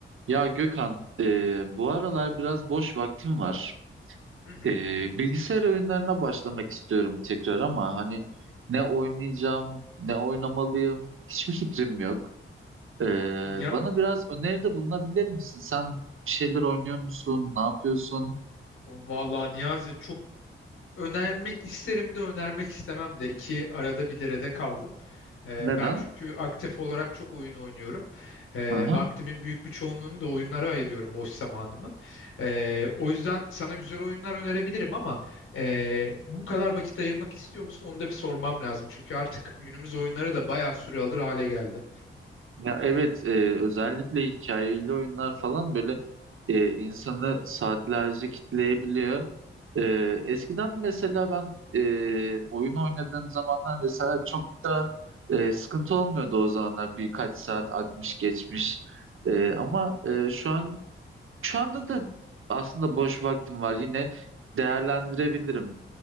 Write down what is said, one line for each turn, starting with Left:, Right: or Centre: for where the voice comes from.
Right: Ya Gökhan, e, bu aralar biraz boş vaktim var.
Left: Hı hı.
Right: E, bilgisayar oyunlarına başlamak istiyorum tekrar ama hani ne oynayacağım, ne oynamalıyım, hiçbir fikrim yok. E,
Left: Ya,
Right: bana biraz öneride bulunabilir misin? Sen bir şeyler oynuyor musun? Ne yapıyorsun?
Left: vallahi Niyazi çok önermek isterim de önermek istemem de iki arada bir derede kaldım. Ee,
Right: Neden?
Left: ben çünkü aktif olarak çok oyun oynuyorum. Ee,
Right: Hı hı.
Left: vaktimin büyük bir çoğunluğunu da oyunlara ayırıyorum boş zamanımın. Ee, o yüzden sana güzel oyunlar önerebilirim ama e, bu kadar vakit ayırmak istiyor musun? Onu da bir sormam lazım. Çünkü artık günümüz oyunları da bayağı süre alır hale geldi.
Right: Ya evet e, özellikle hikayeli oyunlar falan böyle e, insanı saatlerce kitleyebiliyor. E, eskiden mesela ben e, oyun oynadığım zamanlar mesela çok da e, sıkıntı olmuyordu o zamanlar birkaç saat akmış geçmiş.
Left: Hı hı,
Right: E, ama e, şu an şu anda da aslında boş vaktim var yine değerlendirebilirim.